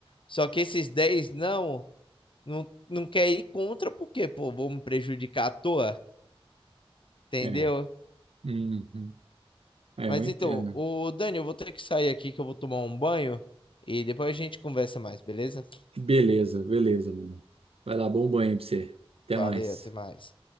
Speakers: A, on the left; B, on the right.
A: Só que esses 10 não, não, não quer ir contra, porque, pô, vou me prejudicar à toa, entendeu?
B: É. Uhum. É,
A: Mas
B: eu entendo.
A: então, o Dani, eu vou ter que sair aqui que eu vou tomar um banho e depois a gente conversa mais, beleza?
B: Beleza, beleza, mano. Vai lá, bom banho aí pra você. Até
A: Valeu,
B: mais.
A: até mais.